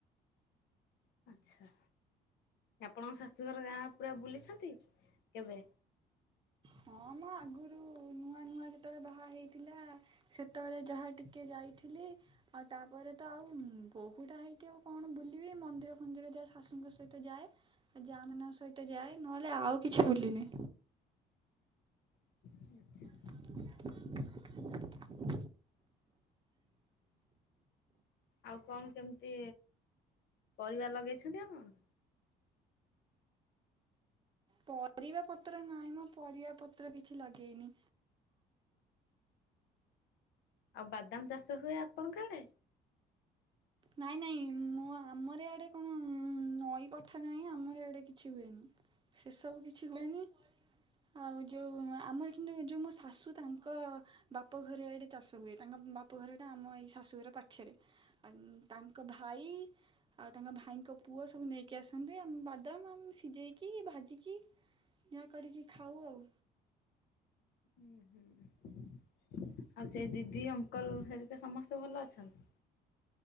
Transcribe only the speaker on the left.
ଆଚଛା ଆପଣଙ୍କ ଶାଶୁଘର ଗାଁ ପୁରା ବୁଲିଛନ୍ତି କେବେ?
ଆଚ୍ଛା।
ଆଉ କଣ କେମିତି ପରିବା ଲଗେଇଛନ୍ତି ଆପଣ?
ଆଉ ବାଦାମ ଚାଷ ହୁଏ ଆପଣଙ୍କ ଆଡେ।
ହୁଁ ହୁଁ। ଆଉ ସେଇ ଦିଦି ଅଙ୍କଲ ହେରିକା ସମସ୍ତେ ଭଲ ଅଛନ୍ତି।